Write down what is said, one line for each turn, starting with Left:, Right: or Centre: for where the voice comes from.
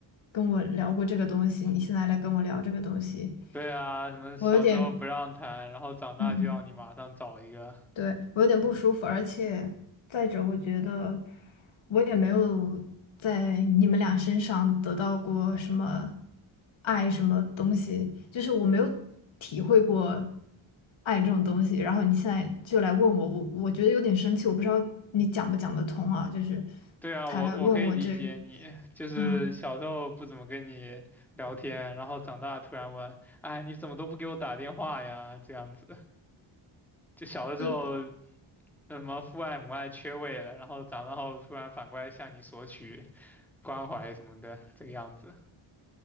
Left: 跟我聊过这个东西，你现在来跟我聊这个东西，
Centre: 对啊，什么小时候不让谈，
Left: 我有点，
Centre: 然后长大就要你马上找一个。
Left: 嗯对，我有点不舒服，而且再者，我觉得我也没有在你们俩身上得到过什么爱，什么东西，就是我没有体会过爱这种东西。然后你现在就来问我，我我觉得有点生气，我不知道你讲不讲得通啊，就是
Centre: 对啊，
Left: 他来问我这个
Centre: 我我可以理解你，就是小时候不怎么跟你聊天，
Left: 嗯，
Centre: 然后长大突然问，哎，你怎么都不给我打电话呀？这样子，就小的时候
Left: 对
Centre: 什么父爱母爱缺位了，然后长大后突然反过来向你索取关怀什么的，这个样子。